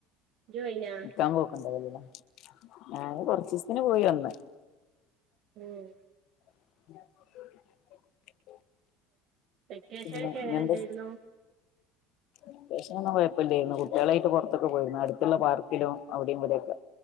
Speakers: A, on the right; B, on the left.
A: ഇജ്ജ് പോയിനാ
B: ന്ക്കാമ്പോക്ക്ണ്ടാവൂല്ലലേ ഞാന് കൊറച്ചീസത്തിന് പോയി വന്ന്
A: ഉം
B: <unintelligible>
A: വെക്കേഷനോകെ
B: പിന്നെ ഇങ്ങനത്തെ
A: എങ്ങനെ ഇണ്ടായിരുന്നു
B: വെക്കേഷനൊന്നും കൊഴപ്പല്ലായിരുന്നു കുട്ട്യേളായിട്ട് പുറത്തൊക്കെ പോയിരുന്നു അടുത്തുള്ള പാർക്കിലും അവടിം ഇവിടെക്കെ